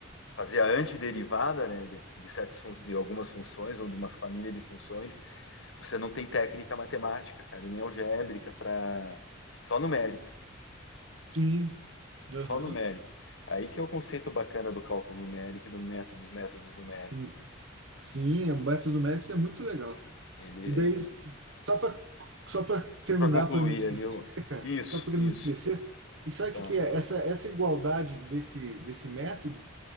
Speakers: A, on the left; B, on the right.
A: fazer a antiderivada né, de, de, certas de algumas funções ou de uma família de funções, você não tem técnica matemática, cara, nem algébrica para só numérica,
B: Sim, aham.
A: só numérica. Aí que é o conceito bacana do cálculo numérico e do método dos métodos numéricos,
B: Hum,
A: né?
B: Sim, é, métodos numéricos é muito legal.
A: Ele
B: E daí, só para só para terminar,
A: para concluir
B: para não esquecer,
A: ali eu...
B: cara,
A: isso,
B: só para
A: isso,
B: não esquecer, e sabe
A: tá.
B: o que que é? Essa, essa igualdade desse, desse método